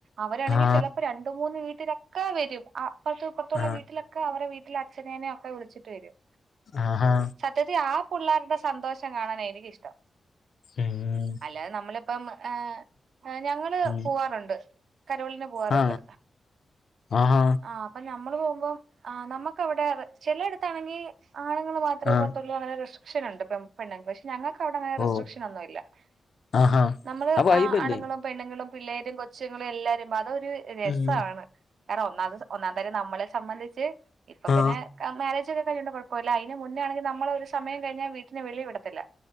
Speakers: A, on the right (about 85°); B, on the left (about 60°).
A: അവരാണെങ്കിൽ
B: ആ
A: ചിലപ്പോ രണ്ട് മൂന്ന് വീ ട്ടിലൊക്കെ വരും ആ അപ്പൊർത്തും ഇപ്പർത്തുള്ള
B: ആ
A: വീട്ടിലൊക്കെ അവരെ വി ട്ടിൽ അച്ഛനെന്യോ ഒക്കെ വിളിച്ചിട്ട് വരും
B: ആഹാ
A: സത്യത്തി ആ പിള്ളേരുടെ സന്തോഷം കാണാനാ എനിക്കിഷ്ടം
B: ഉം
A: അല്ലാതെ നമ്മളിപ്പം ഏ ഞങ്ങള്
B: ഉം
A: പൂവാറുണ്ട് കരോളിന് പോകാറുണ്ട്
B: ആ ആഹാ
A: ആ അപ്പം ഞ നമ്മള് പോകുമ്പം ആ നമുക്ക അവിടെ ചെില ടുത്താണെങ്കി ആണുങ്ങ മാത്രെ
B: ആ
A: പോത്തുള്ളൂ അങ്ങ <unintelligible> <unintelligible> പക്ഷെ ഞങ്ങക്ക്
B: ഓ
A: <unintelligible>
B: ആഹാ ആ വൈബല്ലേ
A: ങ്ങളും പിള്ളേരും കൊച്ചുങ്ങളും എല്ലാരും അ ഒരു രസമാണ്
B: ഉം
A: കാരണം ഒന്നാമത് ഒന്നാം തരം നമ്മള് സംബന്ധിച്ച് ഇപ്പൊ
B: ആ
A: പിന്നെ <unintelligible> <unintelligible> കുഴപ്പെല്ല അയ്ന് മുന്നാണെങ്കി നമ്മളൊരു സമയം കഴിഞ്ഞാ വെ നെ വെളി വിടത്തില്ല